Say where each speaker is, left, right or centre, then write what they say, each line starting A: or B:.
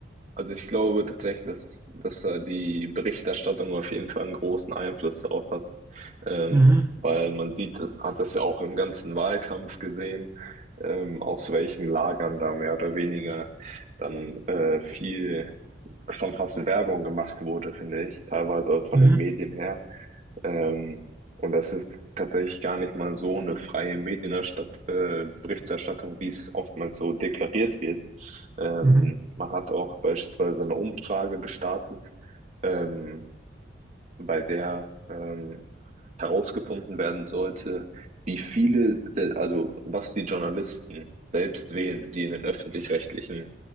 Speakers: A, on the right; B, on the right.
A: Also ich glaube tatsächlich, dass, dass da die Berichterstattung auf jeden Fall einen großen Einfluss darauf hat, ähm,
B: Mhm,
A: weil man sieht, es hat es ja auch im ganzen Wahlkampf gesehen, ähm, aus welchen Lagern da mehr oder weniger dann äh, viel schon fast Werbung gemacht wurde, finde ich, teilweise auch von
B: mhm,
A: den Medien her Ähm, und das ist tatsächlich gar nicht mal so eine freie Medienerstatt äh, Berichterstattung, wie es oftmals so deklariert wird. Ähm,
B: mhm.
A: man hat auch beispielsweise eine Umfrage gestartet, ähm, bei der ähm, herausgefunden werden sollte, wie viele, der, also was die Journalisten selbst wählen, die in den öffentlich-rechtlichen